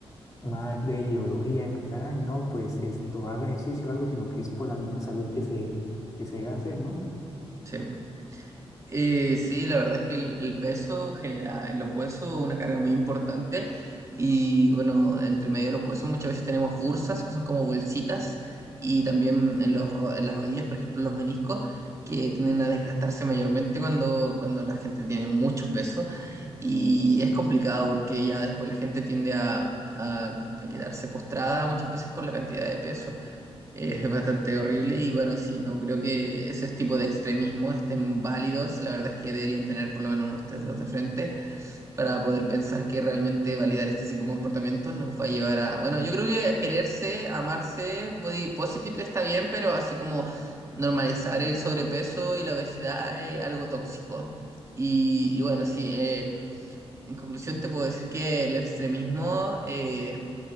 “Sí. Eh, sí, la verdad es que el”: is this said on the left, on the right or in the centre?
Right